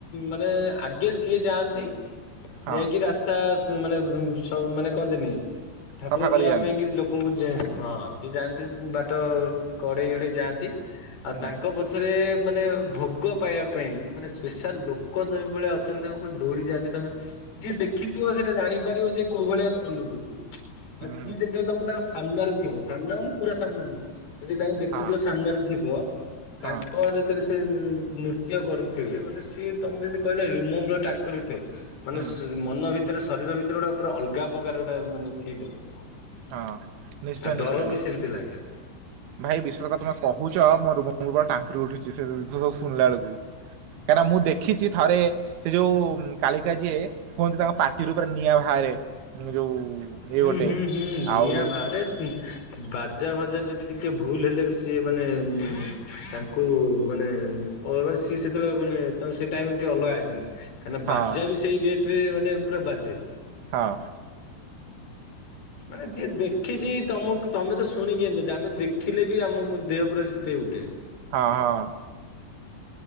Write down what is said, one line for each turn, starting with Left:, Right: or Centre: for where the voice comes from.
Left: ମାନେ ଆଗେ ସିଏ ଯାଆନ୍ତି ଯାଇକି
Right: ହଁ
Left: ରାସ୍ତା ମାନେ ସବ ମାନେ କହନ୍ତିନି ଠାକୁର
Right: ସଫା କରି
Left: ଯିବା
Right: ଯାଆନ୍ତି।
Left: ପାଇଁ କିଛି ଲୋକ ଲୋକଙ୍କୁ ଯା ହଁ ଯିଏ ଯାଆନ୍ତି ବାଟ କଡେଇ ଏଡେଇ ଯାଆନ୍ତି ଆଉ
Right: ହୁଁ
Left: ତାଙ୍କ ପ ଛରେ ମାନେ ଭୋଗ ପାଇବା ପାଇଁ ମାନେ ସ୍ପେଶାଲ ଲୋକ ଯୋଉ ଭଳେ ଅଛନ୍ତି ତାଙ୍କ ଦୌଡି ଯାଆନ୍ତି ତମେ ଯିଏ ଦେଖିଥିବ ସେଇଟା ଜାଣିପାରିବ ଯେ କୋଉ ଭଳିଆ ଅନୁଭୂତି।
Right: ହୁଁ
Left: ଆଉ ସିଏ
Right: ହୁଁ
Left: ଯେତେବେଳେ ତମେ ତାଙ୍କ ସାମ୍ନାରେ ଥିବ ସାମ୍ନା ମାନେ ପୁରା ସାମ୍ନାରେ ନୁହଁ ଯଦି ତାଙ୍କୁ ଦେଖୁଥିବ
Right: ହଁ
Left: ସାମ୍ନାରେ ଥିବ
Right: ହଁ
Left: ତାଙ୍କ ଭରେ ସେ ନୃତ୍ୟ କରୁଥିବେ ମାନେ ସିଏ ତମେ ଯେମିତି କହିଲା ରୁମମୂଳ ଟାଙ୍କୁରି ଥିବ। ମାନେ
Right: ହୁଁ
Left: ସ ମନ ଭିତରେ ଶରୀର ଭିତରେ ଗୋଟେ ପୁରା ଅଲଗା ପ୍ରକାର ଗୋଟେ ମାନେ ଫିଲ୍ ହବ।
Right: ହଁ ନିଶ୍ଚୟ
Left: ଆଉ
Right: ନିଶ୍ଚୟ।
Left: ଡର ବି ସେମତି ଲାଗେ।
Right: ଭାଇ ବିଶେଷ କଥା ତମେ କହୁଛ ମୋର ଟାଙ୍କୁରି ଉଠୁଛି ସେ ଜିନଷ ସବୁ ଶୁଣିଲା ବେଳକୁ କାହିଁକିନା ମୁଁ ଦେଖିଛି ଥରେ ସେ ଯୋଉ କାଳିକା ଯିଏ ହୁହନ୍ତି ତାଙ୍କ ପାଟିରୁ ପୁରା ନିଆଁ ବାହାରେ ଯୋଉ ଇଏ
Left: ହୁଁ
Right: ଗୋଟେ
Left: ହୁଁ ହୁଁ
Right: ଆଉ
Left: ନିଆଁ ଭାରେ ବାଜା ଫଜା ଯଦି ଟିକେ ଭୁଲ ହେଲେ ବି ସିଏ ମାନେ ଉଁ ତାଙ୍କୁ ମାନେ <unintelligible> ସିଏ ସେତେବେଳେ ମାନେ ତେଣୁ ସେଇ ଟାଇମରେ ଟିକେ ଅଲଗା ହେଇାଯାଏ କାହିଁନା
Right: ହଁ
Left: ବାଜା ବି ସେଇ ରେଟ ରେ ମାନେ ପୁରା ବାଜେ।
Right: ହଁ।
Left: ମାନେ ଯିଏ ଦେଖିଛି ତମକୁ ତମେ ତ ଶୁଣିକି ଏମିତି ହଉଛ ଆମେ ଦେଖିଲେ ବି ଆମକୁ ଦେହ ପୁରା ଶୀତେଇ ଉଠେ।
Right: ହଁ ହଁ।